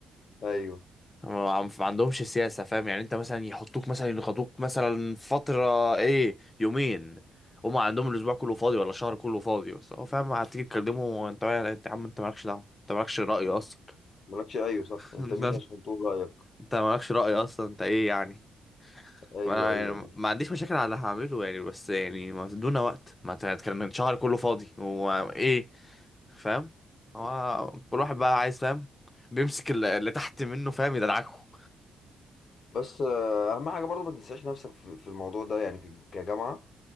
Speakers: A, on the left; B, on the left.
A: أيوه
B: ما عم- ما عندهمش سياسة فاهم يعني انت مثلا يحطوك مثلا يخطوك مثلا فترة ايه يومين هما عندهم الاسبوع كله فاضي ولا الشهر كله فاضي بس هو فاهم هتيجي تكلمه انت يا انت يا عم انت مالكش دعوة انت مالكش رأي اصلا
A: مالكش أيوه صح
B: <laughs>
A: أنت
B: انت
A: مين عشان تقول رأيك
B: انت مالكش رأي اصلا انت ايه يعني
A: أيوه
B: انا
A: أيوه
B: يعني
A: أيوه
B: ما عنديش مشاكل على اللي هعمله يعني بس يعني ما تدونا وقت ما انت هتكلم الشهر كله فاضي وايه فاهم هو كل واحد بقى عايز فاهم بيمسك اللي اللي تحت منه فاهم يدلعكه
A: بس آه، أهم حاجة برضه ما تنساش نفسك في في الموضوع ده يعني في كجامعة